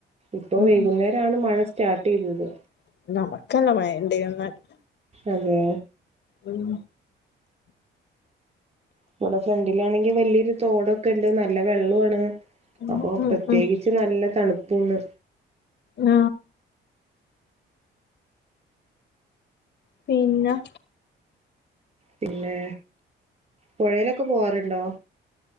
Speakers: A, on the right (about 35°); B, on the left (about 60°).
A: ഇപ്പോ
B: ഉം
A: വൈകുന്നേരണ് മഴ സ്റ്റാർട്യ്തത്
B: <unintelligible>
A: അതെ
B: ഉം
A: ഇവിടെ ഫ്രഡിലാണെങ്കിൽ വലിയൊരു തോടൊക്കെ ഇണ്ട് നല്ല വെല്ലോണ്
B: ഉം
A: അപ്പോ
B: ഉം
A: പ്രത്യേകിച്ച്
B: ഉം
A: ച്ച് നല്ല തണുപ്പുണ്ട്
B: ആ പിന്ന
A: പിന്നെ പോഴേലൊക്കെ പോവാറുണ്ടോ?